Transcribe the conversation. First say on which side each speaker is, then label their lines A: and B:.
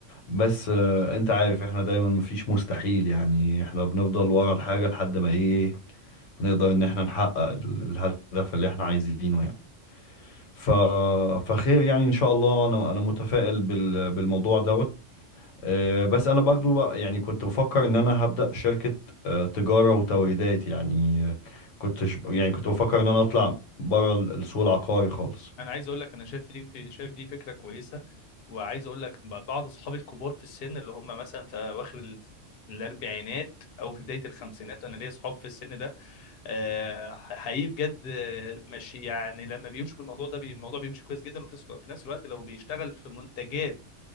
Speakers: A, on the left; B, on the left.
A: بس آه، انت عارف احنا دايما مفيش مستحيل يعني احنا بنفضل ورا الحاجة لحد ما ايه نقدر ان احنا نحقق ال- الهدف اللي احنا عايزينه يعني ف... فخير يعني ان شاء الله انا انا متفائل بال... بالموضوع دوت آه، بس انا برضو بقى يعني كنت بفكر ان انا هبدأ شركة آه، تجارة وتوريدات يعني آه، كنت ش- يعني كنت بفكر ان انا اطلع بره ال- السوق العقاري خالص
B: انا عايز اقول لك انا شايف دي في شايف دي فكره كويسه وعايز اقول لك ب- بعض اصحابي الكبار في السن اللي هم مثلا في اواخر ال- الاربعينات او في بدايه الخمسينات انا ليا اصحاب في السن ده آه، حقيقي بجد آه، ماشي يعني لما بيمشوا بالموضوع ده بي- الموضوع بيمشي كويس جدا وفي نفس في نفس الوقت لو بيشتغل في منتجات